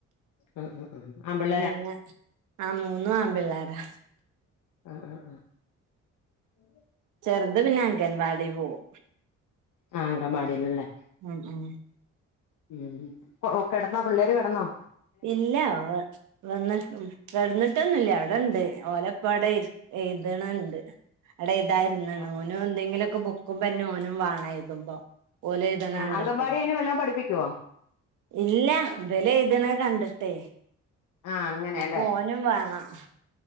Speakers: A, on the left (about 75°); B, on the right (about 80°).
A: അ ആ അമ്പളെ
B: പിന്നെ ആ മൂന്നും ആമ്പിള്ളേരാ
A: ആ ആ ആ ഉ
B: ചെറുതുപിന്നെ അംഗൻവാടിപോകും
A: ആഹ് അങ്കൻവാടിയിലല്ലേ
B: ഉം ഉം
A: ഉം കെടന്നോ പിള്ളേരുകെടന്നോ
B: ഇല്ല അവ് വന്നെട്ട് കെടന്നിട്ടൊന്നുല്ലാ അവിടൊണ്ട് ഓലപ്പവിടെ എഴുതണൊണ്ട് അടെ എഴുതായിരുന്നാണ്
A: ആഹ്
B: ഓനും എന്തെങ്കിലൊക്കെ ബുക്കും പെന്നും ഓനും വേണം എഴുതുമ്പോ ഓല് എഴുതണകണ്ടിട്ടേ
A: ആഹ് അങ്കൻവാടി അയിനെ വല്ലോം പഠിപ്പിക്കുവോ
B: ഇല്ല ഇതിലെഴുതണ കണ്ടിട്ടേ
A: ആഹ് അങ്ങനെയല്ലേ
B: അപ്പൊ ഓനുംവേണം